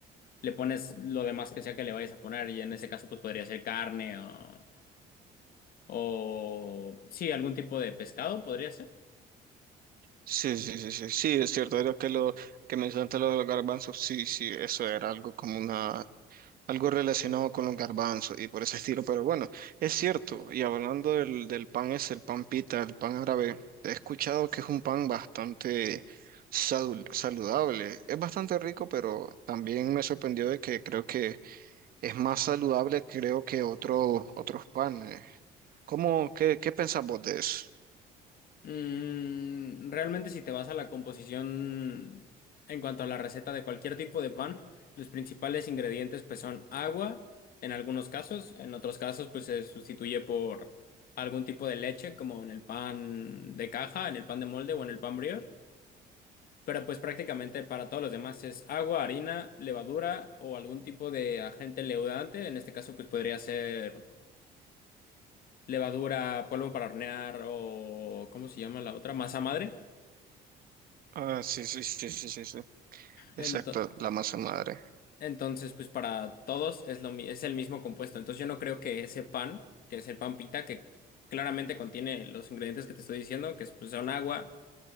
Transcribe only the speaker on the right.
Sí, sí, sí, sí, sí, es cierto, era que lo que mencionaste lo de los garbanzos, sí, sí, eso era algo como una algo relacionado con los garbanzos y por ese estilo, pero bueno, es cierto, y hablando del, del pan es el pan pita, el pan árabe, he escuchado que es un pan bastante salu- saludable, es bastante rico, pero también me sorprendió de que creo que es más saludable creo que otros otros panes. ¿Cómo, qué, qué pensás vos de eso?
Ah, sí, sí, sí, sí, sí, sí. Exacto,
la masa madre.